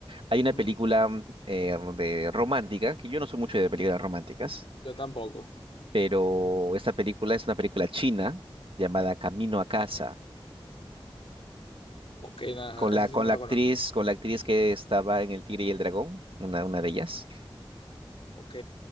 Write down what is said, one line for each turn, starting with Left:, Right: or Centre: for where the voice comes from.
Right: Hay una
Left: Ujú.
Right: película mm, eh, de romántica, que yo no soy mucho de películas románticas,
Left: Yo tampoco.
Right: pero esta película es una película china llamada Camino a casa,
Left: Ok, no, no,
Right: con
Left: esa
Right: la,
Left: sí
Right: con
Left: no
Right: la
Left: la
Right: actriz,
Left: conozco.
Right: con la actriz que estaba en El Tigre y el Dragón, una, una de ellas.
Left: Ok.